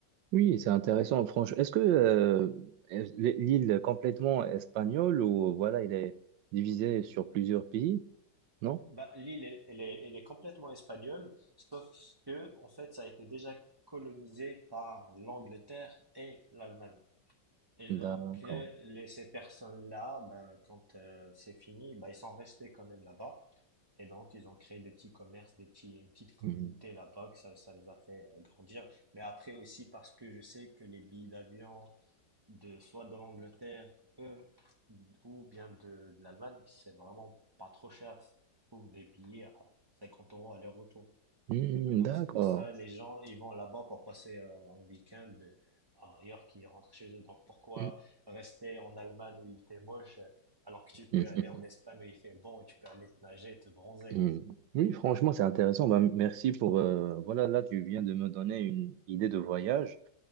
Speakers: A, on the right; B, on the right.
A: Oui, c'est intéressant. Franchement, est-ce que euh, est- l'île est complètement espagnole ou voilà, il est divisé sur plusieurs pays? Non?
B: Bah, l'île, elle elle est, elle est complètement espagnole, sauf que, en fait, ça a été déjà colonisé par l'Angleterre et l'Allemagne. Et
A: D'accord.
B: donc, euh, les, ces personnes-là, ben, quand euh, c'est fini, ben, ils sont restés quand même là-bas. Et donc, ils ont créé des petits commerces, des petits, une petite communauté
A: Hmm.
B: là-bas, que ça, ça les a fait euh, grandir. Mais après aussi, parce que je sais que les billets d'avion, de soit de l'Angleterre, eux, ou bien de, de l'Allemagne, c'est vraiment pas trop cher. Tu trouves des billets à 50 euros aller-retour.
A: Hmm,
B: Et donc,
A: d'accord.
B: c'est pour ça, les gens, ils vont là-bas pour passer euh, un week-end à Majorque, ils rentrent chez eux. Donc, pourquoi
A: Hmm,
B: rester en Allemagne où il fait moche, euh, alors que tu peux
A: hmm,
B: aller en Espagne où il fait bon, et tu peux aller te nager, te bronzer.
A: hmm, hmm. Oui, franchement, c'est intéressant. Ben, merci pour euh, voilà, là, tu viens de me donner une idée de voyage.